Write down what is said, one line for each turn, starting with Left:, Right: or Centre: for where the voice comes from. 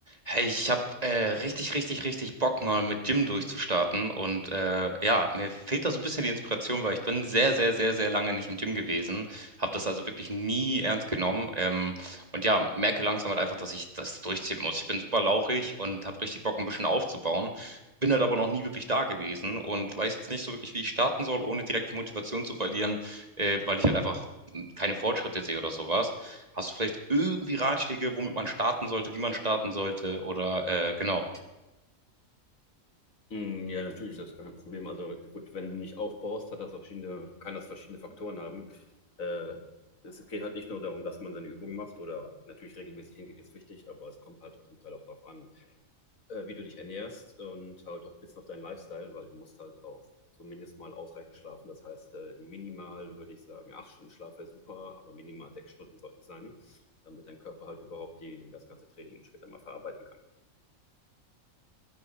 Right: Hey, ich habe äh, richtig, richtig, richtig Bock, mal mit Gym durchzustarten. Und äh, ja, mir fehlt da so ein bisschen die Inspiration, weil ich bin sehr, sehr, sehr, sehr lange nicht im Gym gewesen. Habe das also wirklich nie ernst genommen. Ähm, und ja, merke langsam halt einfach, dass ich das durchziehen muss. Ich bin super lauchig und habe richtig Bock, ein bisschen aufzubauen. Bin halt aber noch nie wirklich da gewesen und weiß jetzt nicht so wirklich, wie ich starten soll, ohne direkt die Motivation zu verlieren, äh, weil ich halt einfach mm, keine Fortschritte sehe oder sowas. Hast du vielleicht irgendwie Ratschläge, womit man starten sollte, wie man starten sollte? Oder äh, genau.
Left: Hm, ja, natürlich, das ist kein Problem. Also, gut, wenn du nicht aufbaust, hat das verschiedene kann das verschiedene Faktoren haben. Äh, es geht halt nicht nur darum, dass man seine Übungen macht oder natürlich regelmäßig hingeht, ist wichtig, aber es kommt halt auch zum Teil auch drauf an, äh, wie du dich ernährst und halt auch 'n bisschen auf deinen Lifestyle, weil du musst halt auch zumindest mal ausreichend schlafen. Das heißt, äh, minimal würde ich sagen, 8 Stunden Schlaf wäre super, aber minimal 6 Stunden sollten es sein, damit dein Körper halt überhaupt die das ganze Training später mal verarbeiten kann.